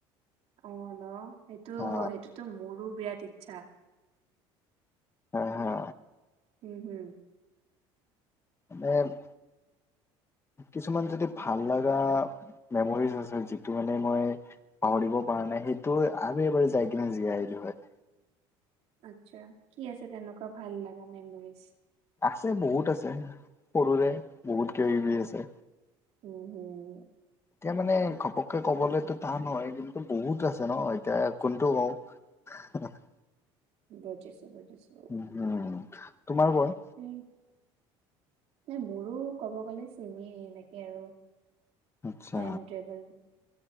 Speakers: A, on the right; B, on the left.
A: অঁ ন সেইটো
B: হা
A: সেইটোতো মোৰো বিৰাট ইচ্ছা।
B: হা হা।
A: উম, হুম।
B: মানে- কিছুমান যদি ভাল লগা মেমৰিজ আছে যিটো মানে মই- পাহৰিব পৰা নাই, সেইটো আৰু এবাৰ যাই কিনে জীয়াই আহিলো হয়।
A: আচ্ছা, কি আছে তেনেকুৱা ভাল লগা মেমৰিজ?
B: আছে বহুত আছে, সৰুৰে বহুত কিব কিবি আছে।
A: উম, হুম।
B: এতিয়া মানে ঘপককে কবলৈতো টান হয় কিন্তু বহুত আছে ন, এতিয়া কোনটো কওঁ? অ <unintelligible>
A: বুজিছো, বুজিছো।
B: উম তোমাৰ কোৱা?
A: নাই, মোৰো কব গ'লে চেমেই এনেকে আৰু
B: আচ্ছা
A: টাইম ট্ৰেবল